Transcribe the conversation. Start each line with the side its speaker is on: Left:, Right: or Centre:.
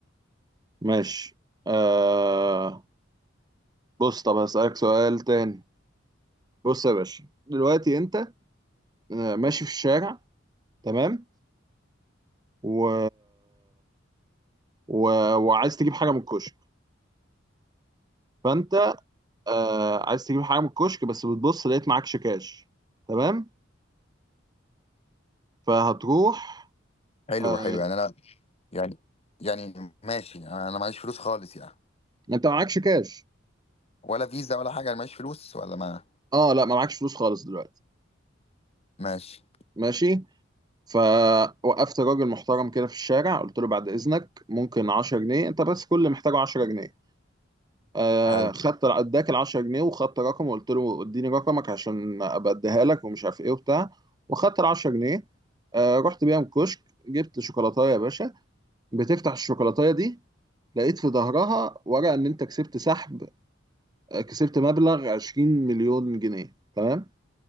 Right: ماشي آه بص طب هسألك سؤال تاني بص يا باشا دلوقتي انت آه، ماشي في الشارع تمام و... و... وعايز تجيب حاجة من الكشك فانت آه عايز تجيب حاجة من الكشك بس بتبص لقيت معكش كاش تمام فهتروح
Left: حلو
Right: آه
Left: حلو يعني انا يعني يعني ماشي انا معيش فلوس خالص يعني
Right: انت معكش كاش
Left: ولا فيزا ولا حاجه انا معيش فلوس ولا ما
Right: اه لا ما معكش فلوس خالص دلوقتي
Left: ماشي
Right: ماشي فوقفت راجل محترم كده في الشارع قلت له بعد اذنك ممكن 10 جنيه انت بس كل اللي محتاجه 10 جنيه آه
Left: حلو
Right: خدت اداك ال 10 جنيه وخدت رقم وقلت له اديني رقمك عشان ابقى اديها لك ومش عارف ايه وبتاع وخدت ال 10 جنيه آه رحت بيهم كشك جبت شوكولاتايه يا باشا بتفتح الشوكولاتايه دي لقيت في ظهرها ورقه ان انت كسبت سحب آه، كسبت مبلغ 20 مليون جنيه تمام